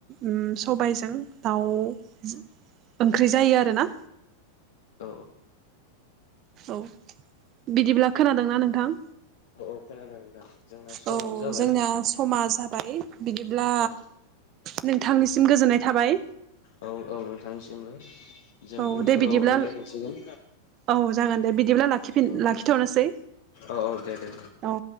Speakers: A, on the right (about 35°); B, on the left (about 55°).
A: उम सबायजों दाउ स ओंख्रि जायो आरोना
B: औ
A: औ बिदिब्ला खोनादोंना नोंथां।
B: औ खोनादों नोंथां जोंना समाबो
A: औ
B: जाबाय।
A: जोंना समा जाबाय बिदिब्ला
B: औ
A: नोंथांनिसिम गोजोननाय थाबाय।
B: औ औ नोंथांनिसिमबो जों
A: औ
B: उनफोराव
A: दे बिदिब्ला
B: रायलायफिनसिगोन
A: औ जागोन दे बिदिब्ला लाखिफिन
B: औ
A: लाखिथ'नोसै
B: औ औ औ दे दे
A: औ